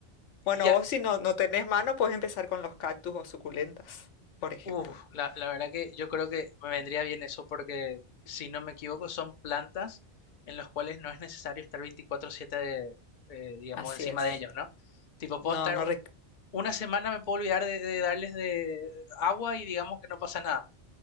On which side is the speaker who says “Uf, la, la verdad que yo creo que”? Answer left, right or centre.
Left